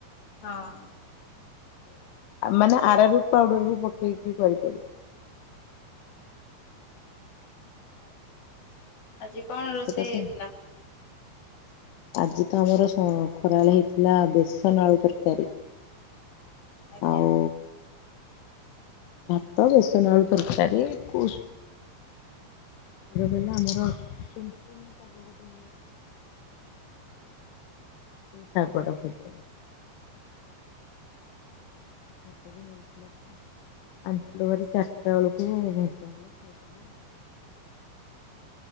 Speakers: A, on the left; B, on the left.
A: ହଁ।
B: ମାନେ ଆର ରୁଟ ପାଉଡର ବି ପକେଇକି କରିପାରିବେ।
A: ଆଉ ଆଜି କଣ ରୋଷେଇ
B: ସେଟା ସେମିତି
A: ହେଇଥିଲା?
B: ଆଜି ତ ଆମର ଖରାବେଳେ ହେଇଥିଲା ବେସନ ଆଳୁ ତରକାରୀ।
A: ଆଜ୍ଞା।
B: ଆଉ ଭାତ ବେସନ ଆଳୁ ତରକାରୀ କୁ ଗୋଟେ ଗଲେ ଆମର ଗୋଟେ
A: ହୁଁ।
B: ସେଇ ଶାଗଡା ପୂଜ ହାଟରେ ମିଳୁଥିଲା ତ ଆଣିଥିଲୁ ଭାର ଚାରିଟା ବେଳକୁ ଭଜା ହେଲା ଖାଇଦେଲେ ଆଉ।